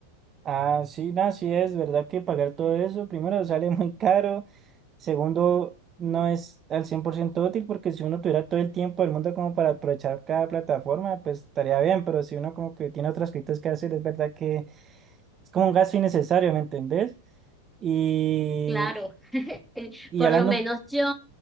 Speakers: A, on the right; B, in the centre.
A: Ah, sí, no, sí es verdad que pagar todo eso, primero sale <laughs> muy caro, segundo no es al 100% útil porque si uno tuviera todo el tiempo del mundo como para aprovechar cada plataforma, pues estaría bien, pero si uno como que tiene otras cosas que hacer, es verdad que es como un gasto innecesario, ¿me entendés? Y,
B: Claro, <laughs>
A: y
B: por
A: hablando,
B: lo menos yo,